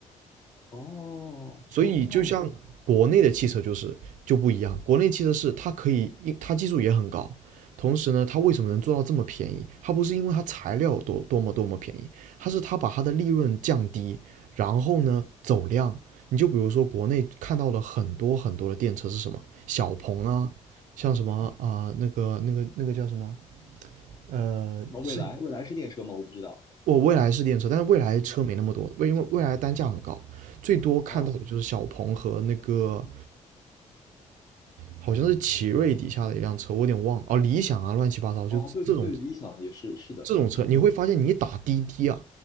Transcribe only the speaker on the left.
哦，
这这样子。
嗯
嗯
嗯，
那未来，未来是电车吗？我不知道。
嗯，
哦
哦，对对对，理想也是是的，
嗯